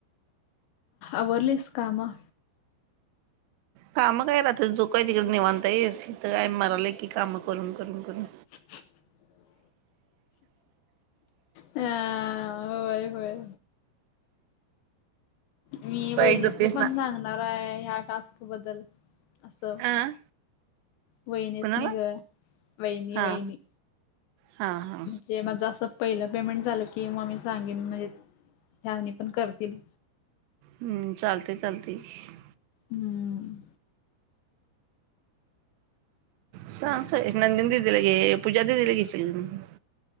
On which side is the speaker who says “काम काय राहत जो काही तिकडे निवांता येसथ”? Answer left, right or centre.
Right